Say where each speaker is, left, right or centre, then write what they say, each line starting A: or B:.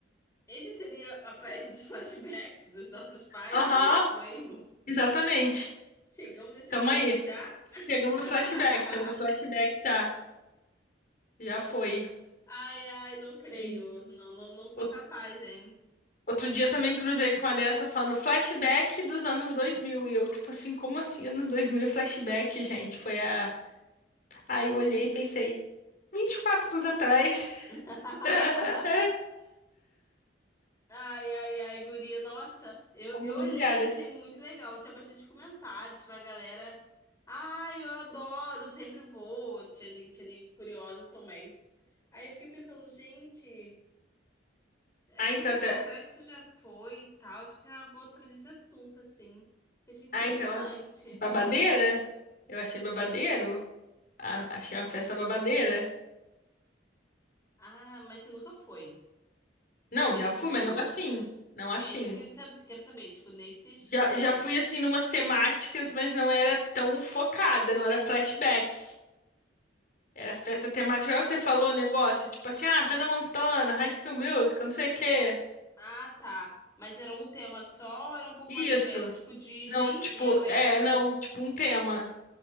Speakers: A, on the left; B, on the left.
A: esse seria a festa dos <laughs> flashbacks dos nossos pais,
B: Aham,
A: é isso mesmo?
B: exatamente.
A: Chegamos nesse
B: Tamo
A: ponto
B: aí.
A: já? <laughs>
B: Chegamos no flashback, estamos no flashback já. Já foi.
A: Ai, ai, não creio.
B: Sim.
A: Não, não, não sou
B: Out-
A: capaz, hein?
B: Outro dia também cruzei com uma dessa falando flashback dos anos dois mil E eu, tipo assim, como assim anos 2000 flashback, gente? Foi a. Aí eu olhei e pensei, 24 anos atrás,
A: <laughs>
B: <laughs>
A: Ai, ai, ai, guria. Nossa, eu,
B: fomos
A: eu olhei
B: humilhadas.
A: e achei muito legal. Tinha bastante comentário, tinha uma galera. Ai, eu adoro, sempre vou. Tinha gente ali curiosa também. Aí eu fiquei pensando, gente. Aí
B: Ah,
A: pensei,
B: então, tá...
A: né? Será que isso já foi e tal? Eu pensei, ah, vou trazer esse assunto assim. Eu achei interessante.
B: ah, então, babadeira? Eu achei babadeiro. A- achei uma festa babadeira.
A: Ah, mas você nunca foi.
B: Não,
A: Nesse
B: já fui,
A: estilo.
B: mas não assim. Não assim.
A: É isso que eu sab- quero saber, tipo, nesse estilo,
B: Já,
A: assim.
B: já fui assim numas temáticas, mas não era tão focada, não era flashback. Era festa temática. Agora você falou o negócio, tipo assim, ah, Hannah Montana, High School Musical, não sei o quê.
A: Ah, tá. Mas era um tema só ou era um pouco
B: Isso.
A: mais aberto? Tipo, Disney
B: Não, tipo,
A: e aberto.
B: é, não, tipo um tema.